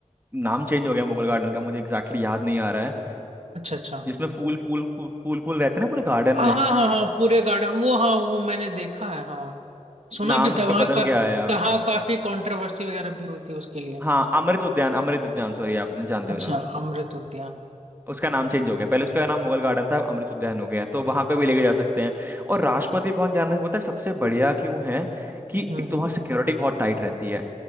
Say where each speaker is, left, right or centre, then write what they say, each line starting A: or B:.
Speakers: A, on the right; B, on the right.
A: नाम चेंज हो गया मुगल गार्डन का मुझे एग्जैक्टली exactly याद नहीं आ रहा है
B: अच्छा अच्छा
A: जिसमें फूल फूल फूल फूल फूल रहते हैं ना पूरे गार्डन
B: हाँ
A: में
B: हाँ हाँ पूरे गार्डन वो हाँ वो मैंने देखा है हाँ सुना
A: नाम
B: भी
A: उसका
B: था वहाँ
A: बदल
B: का
A: गया है
B: कहाँ काफी कंट्रोवर्सी वगैरह भी होती है उसके लिए
A: हाँ अमृत उद्यान अमृत उद्यान सॉरी आपने जानते हो
B: अच्छा
A: तो
B: अमृत उद्यान
A: उसका नाम चेंज हो गया पहले उसका नाम मुगल गार्डन था अब अमृत उद्यान हो गया तो वहां पे भी लेके जा सकते हैं और राष्ट्रपति भवन जाना पता है सबसे बढ़िया क्यों है कि
B: हम्म
A: एक तो
B: हम्म
A: वहाँ सिक्योरिटी बहुत टाइट रहती है